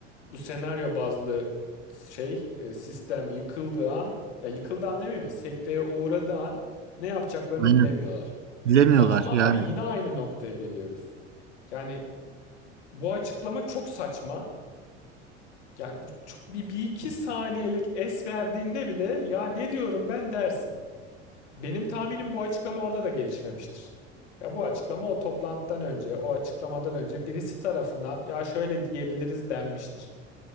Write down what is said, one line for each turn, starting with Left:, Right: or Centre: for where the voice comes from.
Left: bu senaryo bazlı şey e, sistem yıkıldığı an ya yıkıldığı an demeyeyim de sekteye uğradığı an ne yapacaklarını
Right: Aynen.
Left: bilemiyorlar.
Right: Bilemiyorlar
Left: Ya ama
Right: yani.
Left: abi yine aynı noktaya geliyoruz. Yani bu açıklama çok saçma. Yani çok bir, bir iki saniyelik es verdiğinde bile ya ne diyorum ben dersin. Benim tahminim bu açıklama orada da gelişmemiştir. Ya bu açıklama o toplantıdan önce, o açıklamadan önce birisi tarafından ya şöyle diyebiliriz denmiştir.